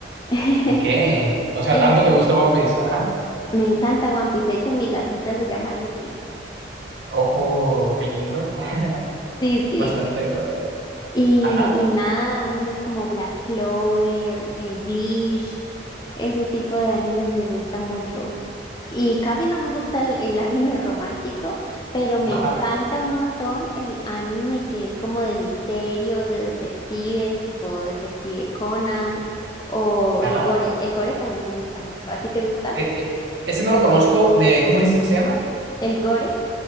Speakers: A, on the left; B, on the right.
A: <laughs>
B: Ok. O sea,
A: En
B: tanto te gusta One Piece. Ajá.
A: Me encanta One Piece, de hecho mi gatita se llama Luffy.
B: Ojo, qué lindo. <laughs>
A: Sí, sí.
B: Bastante, la verdad.
A: Y,
B: Ajá.
A: y nada, animes como Black Clover, eh, Bleach, ese tipo de animes me gusta mucho. Y casi no me gusta el, el anime romántico, pero me
B: Ajá.
A: encanta un montón el anime que es como de misterio, de detectives, tipo Detective Conan o
B: Ajá.
A: el gore. El gore también me gusta mucho. ¿A ti te gusta
B: E- e- ese no lo conozco. De, ¿cómo dices que se llama?
A: el gore?